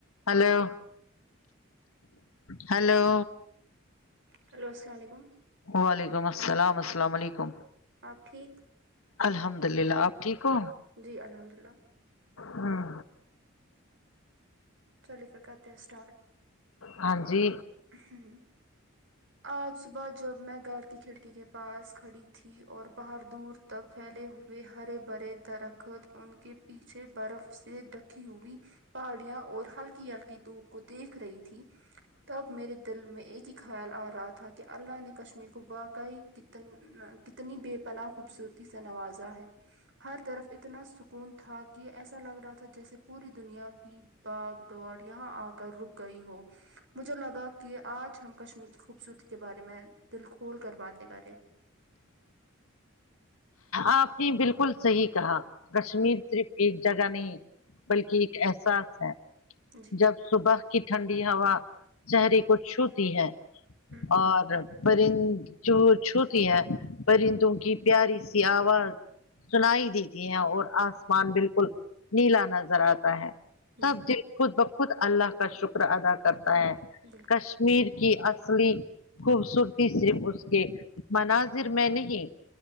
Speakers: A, on the left; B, on the right.
A: hello hello
B: hello السلام علیکم
A: وعلیکم السلام السلام علیکم
B: آپ ٹھیک
A: الحمد للہ آپ ٹھیک ہو
B: جی الحمد للہ
A: ہوں
B: چلیے پھر کرتے ہیں اسٹارٹ
A: ہاں جی
B: ہوں آج صبح جب میں گھر کی کھڑکی کے پاس کھڑی تھی اور باہر دور تک پھیلے ہوئے ہرے بھرے درخت ان کے پیچھے برف سے ڈک ھی ہوی پہاڑیاں اور ہلکی ہلکی دھوپ کو دیکھ رہی تھی تب میرے دل میں ایک ہی خیال آ رہا تھا کہ اللہ نے کشمیر کو واق ع کتن کتنی بے پناہ خوبصورتی سے نوازا ہے ہر طرف اتنا سکون تھا کی ایسا لگ رہا تھا جیسے پوری دنیا کی باگ دوڑ یہاں آ کر رک گئی ہو مجھے لگا کہ آج ہم کشمیر کی خوبصورتی کے بارے میں دل کھول کر باتیں کریں
A: آپ نے بالکل صحیح کہا کشمیر
B: ہ
A: صرف ایک جگہ نہیں بلکہ ایک احساس ہے
B: جی
A: جب صبح کی ٹھنڈی ہوا چہریے کو چھوتی ہے
B: ہوں
A: اور پرند چ چھوتی ہیں پرندوں کی پیاری سی آواز سنائی دیتی ہیں اور آسمان بالکل نیلا نظر آتا ہے تھ
B: جی
A: دل خود بخود اللہ کا شکر ادا کرتا ہے
B: یہ
A: کشمیر کی اصلی خوبصورتی صرف اس کے مناظر میں نہیں